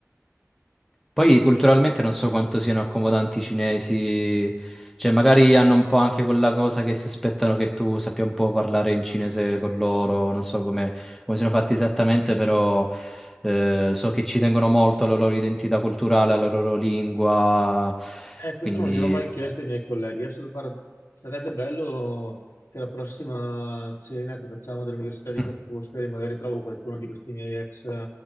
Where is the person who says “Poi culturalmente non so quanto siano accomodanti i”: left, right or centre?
Centre